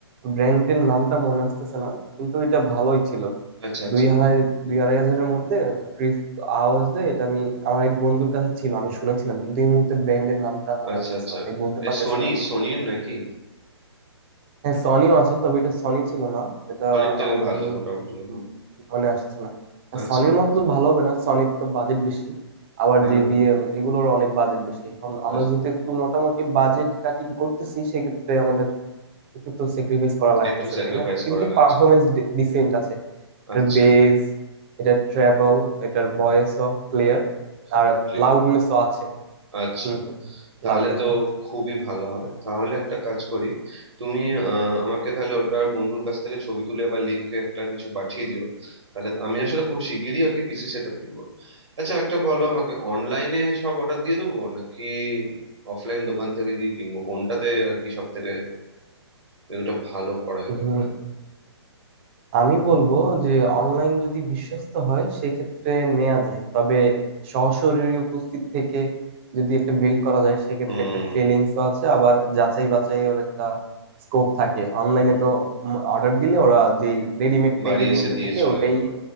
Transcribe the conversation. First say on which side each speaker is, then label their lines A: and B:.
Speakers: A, on the right (about 25°); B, on the right (about 80°).
A: ব্র্যান্ডের নামটা মনে আসতেছে না কিন্তু এটা ভালোই ছিল
B: আচ্ছা আচ্ছা
A: দুই আড়াই দুই আড়াই হাজারের মধ্যে ক্রিস আওয়াজ দেয় এটা আমি আমার এক বন্ধুর কাছে ছিল আমি শুনেছিলাম কিন্তু এই মুহূর্তে ব্র্যান্ডের নামটা মনে
B: আচ্ছা
A: আসতেছে
B: আচ্ছা
A: না তাই বলতে পারতেছি
B: এ সোনি
A: না
B: সোনির নাকি
A: হ্যাঁ সনিও আছে তবে এটা সনি ছিল না এটা
B: সোনির থেকে
A: আম,
B: ভালো মোটামুটি নাকি
A: উম, মনে আসছে না আর
B: আচ্ছা
A: সনির মতো তো ভালো হবে না সনির তো বাজেট বেশি আবার
B: হ্যাঁ
A: জেবিএল এগুলোর অনেক বাজেট বেশি এখন
B: বাজে
A: আমরা যেহেতু একটু মোটামুটি বাজেট কাটিং করতেছি সেক্ষেত্রে আমাদের একটু তো স্যাক্রিফাইস করা লাগতেছে
B: একটু স্যাক্রিফাইস
A: তাই না কিন্তু
B: করা লাগছে
A: পারফরমেন্স
B: আমার
A: ডিসেন্ট আছে এটার
B: আচ্ছা
A: বেস এটার ট্র্যাভেল এটার
B: ও
A: ভয়েসও ক্লিয়ার আর
B: খুব ক্লিয়ার
A: লাউডনেসও আছে
B: আচ্ছা
A: হুম হুম
B: তাহলে
A: লাউডনেসও
B: তো
A: আছে
B: খুবই ভালো হয় তাহলে একটা কাজ করি তুমি আহ, আমাকে তাহলে ওটার বন্ধুর কাছ থেকে ছবি তুলে বা লিঙ্কে একটা কিছু পাঠিয়ে দিও তাহলে আমি আসলে খুব শিগগিরই আর কি পিসি সেট আপ কিনবো আচ্ছা একটা বলো আমাকে অনলাইনে সব অর্ডার দিয়ে দেবো নাকি অফলাইন দোকান থেকে গিয়ে কিনবো কোনটাতে আর কি সব থেকে এটা ভালো করা যেতে
A: হুম
B: পারে
A: আমি বলবো যে অনলাইন যদি বিশ্বস্ত হয় সেক্ষেত্রে নেওয়া যায় তবে সশরীরে উপস্থিত থেকে যদি একটা বিল্ড করা যায় সেক্ষেত্রে
B: হুম
A: একটা ফিলিংসও আছে আবার যাচাই বাছাইয়ের একটা স্কোপ থাকে অনলাইনে
B: হুম
A: তো অর্ডার দিলে ওরা যে রেডিমেড
B: বাড়ি
A: প্যাকেজিংটা
B: এসে দিয়ে
A: থাকে
B: চলে
A: ওটাই
B: গেল